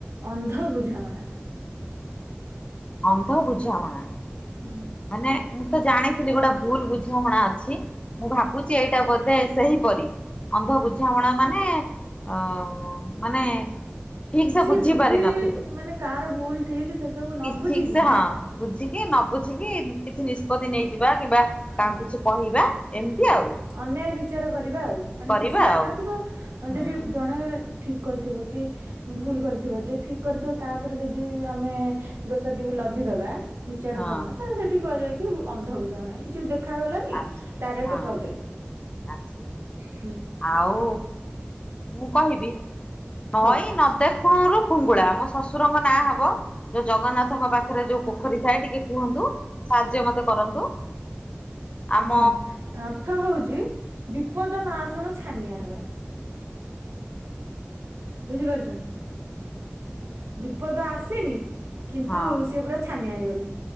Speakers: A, on the right; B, on the left.
A: ଅନ୍ଧ ବୁଝାମଣା।
B: ଅନ୍ଧ ବୁଝାମଣା।
A: ହଁ।
B: ମାନେ ମୁଁ ତ ଜାଣିଥିଲି ଗୋଟେ ଭୁଲ ବୁଝାମଣା ଅଛି। ମୁଁ ଭାବୁଛି ଏଇଟା ବୋଧେ ସେହିପରି ଅନ୍ଧ ବୁଝାମଣା ମାନେ ଅ ମାନେ ଠିକ
A: କିଛି
B: ସେ
A: ବୁଝି
B: ପାରି ନଥିବ।
A: ମାନେ କାହାର ଭୁଲ ଠିକ ସେ ସବୁ ନ
B: କି
A: ବୁଝିକି
B: ଠିକ ସେ
A: ନା
B: ହଁ ବୁଝିକି ନ ବୁଝିକି କିଛି ନିଷ୍ପତି ନେଇଯିବା କିମ୍ବା
A: ହଁ
B: କାହା କହିବା ଏମିତି ଆଉ।
A: ଅନ୍ୟାୟ ବିଚାର କରିବା ଆଉ। ମାନେ
B: କରିବା
A: କିଛି ଜାଣିନଥିବ
B: ଆଉ ହୁଁ
A: ଯଦି ଜଣେ ଠିକ୍ କରିଥିବ କି ଭୁଲ କରିଥିବ ଯିଏ ଠିକ୍ କରିଥିବ ତା ଉପରେ ଯଦି ଆମେ ଦୋଷାଟିକୁ ଲଦିଦବା। ବିଚାର
B: ହଁ
A: କରିନ ତାହେଲେ ସେଠି କୁହାଯାଏ କି ଅନ୍ଧ ବୁଝାମଣା। କିଛି ଦେଖାଗଲାନି
B: ଆଚ୍ଛା
A: ଡାଇରେକ୍ଟ
B: ହଁ
A: କହିଦେଲେ
B: ଆଚ୍ଛା।
A: ହୁଁ।
B: ଆଉ ମୁଁ କହିବି ନଈ
A: ହଁ
B: ନ ଦେଖୁଣୁରୁୁ ଫୁଙ୍ଗୁଳା ମୋ ଶ୍ୱଶୁରଙ୍କ ନାଁ ହବ। ଯୋଉ ଜଗନ୍ନାଥଙ୍କ ପାଖରେ ଯୋଉ ପୋଖରୀ ଥାଏ ଟିକେ କୁହନ୍ତୁ ସାହାଯ୍ୟ ମତେ କରନ୍ତୁ। ଆମ
A: ଆଚ୍ଛା ଆ ଅର୍ଥ ହେଉଛି ବିପଦ ନ ଶୁଣୁ ଛାନିଆ ହେବା। ବୁଝିପାରୁଛନ୍ତି?
B: ହୁଁ <unintelligible>
A: ବିପଦ ଆସିନି କିନ୍ତୁ
B: ହଁ।
A: ସିଏ ପୁରା ଛାନିଆ ହେଇଗଲେଣି।